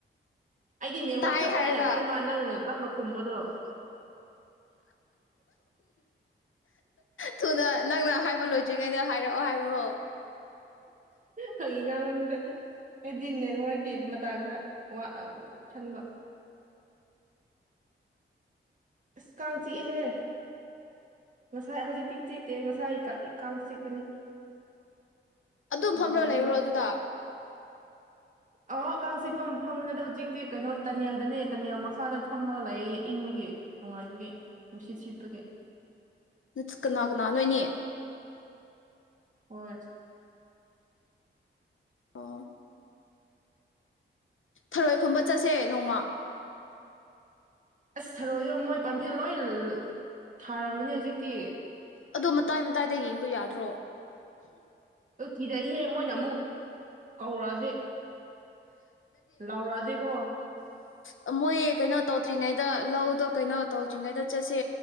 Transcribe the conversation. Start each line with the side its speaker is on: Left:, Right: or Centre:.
Right: ꯑꯩꯗꯤ ꯅꯦꯠꯋ꯭ꯔꯛ
Left: ꯇꯥꯏ
Right: ꯆꯞꯄꯅꯤꯅ
Left: ꯍꯥꯏꯔꯒ
Right: ꯈꯟꯕ ꯅꯪꯅ ꯇꯞꯅ ꯈꯨꯝꯕꯗꯣ
Left: ꯊꯨꯅ ꯅꯪꯅ ꯍꯥꯏꯕ ꯂꯣꯏꯗ꯭ꯔꯤꯉꯩꯗ ꯍꯥꯏꯔꯛꯑꯣ ꯍꯥꯏꯕ꯭ꯔꯣ
Right: ꯐꯒꯤ ꯉꯥꯡꯕꯅꯤꯗ ꯑꯩꯗꯤ ꯅꯦꯠꯋ꯭ꯔꯛꯀꯤ ꯃꯇꯥꯡꯗ ꯋꯥ ꯑ ꯈꯟꯕ ꯑꯁ ꯀꯥꯡ ꯆꯤꯛꯑꯦꯍꯦ ꯉꯁꯥꯏ ꯍꯧꯖꯤꯛꯇꯤ ꯆꯤꯛꯇꯦ ꯉꯁꯥꯏꯒꯤ ꯀ ꯀꯥꯡ ꯆꯤꯛꯄꯅꯦ
Left: ꯑꯗꯨꯝ ꯐꯝꯔꯒꯥ
Right: ꯃꯐꯝꯗ
Left: ꯂꯩꯕ꯭ꯔꯣ ꯑꯗꯨꯗ
Right: ꯑꯣ ꯀꯥꯡ ꯆꯤꯛꯄ ꯃꯐꯝꯗ ꯅꯠꯇꯦ ꯍꯧꯖꯤꯛꯇꯤ ꯀꯩꯅꯣ ꯇꯅꯦꯜꯗꯅꯦ ꯇꯅꯦꯜ ꯃꯈꯥꯗ ꯐꯝꯃꯒ ꯂꯩꯌꯦ ꯏꯪꯕꯒꯤ ꯅꯨꯡꯉꯥꯏꯕꯒꯤ ꯅꯨꯡꯁꯤꯠ ꯁꯤꯠꯄꯒꯤ
Left: ꯏꯁ ꯀꯅꯥ ꯀꯅꯥ ꯅꯣꯏꯅꯤ
Right: ꯍꯣꯏ
Left: ꯑꯣ ꯊꯔꯣꯏ ꯈꯨꯟꯕ ꯆꯠꯁꯦ ꯅꯣꯡꯃꯥ
Right: ꯑꯁ ꯊꯔꯣꯏꯗꯣ ꯃꯣꯏ ꯄꯝꯐꯦꯜ ꯂꯣꯏ ꯊꯥꯔꯝꯃꯅꯦ ꯍꯧꯖꯤꯛꯇꯤ
Left: ꯑꯗꯣ ꯃꯇꯥꯏ ꯃꯇꯥꯏꯗ ꯌꯦꯡꯕ ꯌꯥꯗ꯭ꯔꯣ
Right: ꯑꯗꯨ ꯀꯤꯗꯩꯍꯦ ꯃꯣꯏꯅ ꯑꯃꯨꯛ ꯀꯧꯔꯛꯑꯗꯤ ꯂꯥꯎꯔꯛꯑꯗꯤꯀꯣ
Left: ꯑꯥ ꯃꯣꯏ ꯀꯩꯅꯣ ꯇꯧꯗ꯭ꯔꯤꯉꯩꯗ ꯂꯧꯗꯣ ꯀꯩꯅꯣ ꯇꯧꯗ꯭ꯔꯤꯉꯩꯗ ꯆꯠꯁꯦ